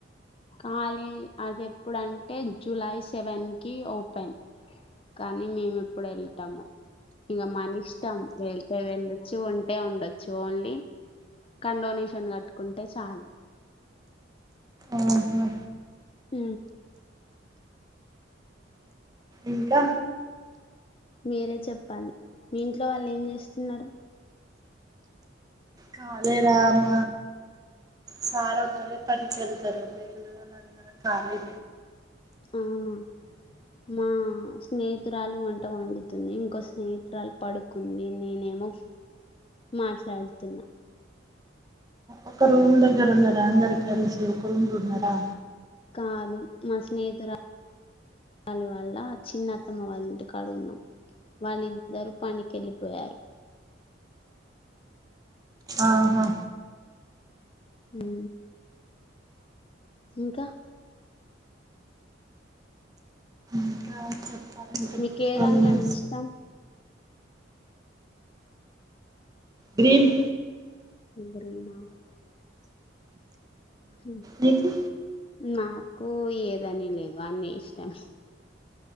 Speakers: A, on the left; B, on the right.
A: కాలీ అది ఎప్పుడంటే జూలై సెవెన్ కి ఓపెన్ కానీ మేము ఇప్పుడు వెళ్తాము ఇంకా మన ఇష్టం వెళ్తే వెళ్ళొచ్చు ఉంటే ఉండొచ్చు ఓన్లీ కానీ డొనేషన్ కట్టుకుంటే చాలు
B: ఆహా
A: హ
B: ఇంకా
A: మీరే చెప్పాలి మీ ఇంట్లో వాళ్ళు ఏం చేస్తున్నారు?
B: కాలేదా అమ్మ సార్ ఒక్కరే పని ఎలతారు మిగిలిన వాళ్ళ అందరు కాలే
A: అవును మా స్నేహితురాలు వంట వండుతుంది ఇంకో స్నేహితురాలు పడుకు. కున్ని నేనేమో మాట్లాడుతున్నా.
B: ఒక రూమ్ దగ్గర ఉన్నారా అందరి కలిసి ఒక రూమ్ ఉన్నారా.
A: కాదు మా స్నేహితురాలు. వాళ్ళ వాళ్ళ చిన్న అత్తమ్మ వాళ్ళ ఇంటి కాడు ఉన్నాం. వాళ్ళిద్దరూ పనికిెళ్ళిపోయారు.
B: ఆహా
A: ఉ ఉ
B: ఇంకా చెప్పాలంటే
A: మీకు ఏ
B: పరిమి
A: రంగు అంటే ఇష్టం
B: గ్రీన్
A: అందరూ మాస్. ఉమ్,
B: నీకు
A: నాకు ఏదని లేదు అన్నీ ఇష్టమే.